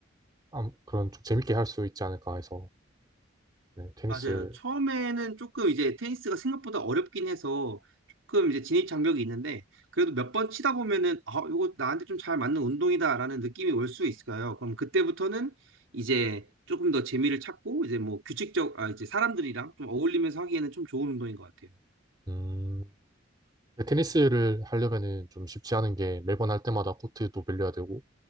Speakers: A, on the right (about 20°); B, on the right (about 80°).
A: 암- 그런 좀 재밌게 할 수 있지 않을까 해서, 네, 테니스,
B: 맞아요. 처음에는 조금 이제 테니스가 생각보다 어렵긴 해서 조금 이제 진입 장벽이 있는데 그래도 몇 번 치다 보면은 아, 이거 나한테 좀 잘 맞는 운동이다라는 느낌이 올 수 있을까요? 그럼 그때부터는 이제 조금 더 재미를 찾고 이제 뭐 규칙적, 아, 이제 사람들이랑 좀 어울리면서 하기에는 좀 좋은 운동인 것 같아요.
A: 음, 근데 테니스를 하려면은 좀 쉽지 않은 게 매번 할 때마다 코트도 빌려야 되고,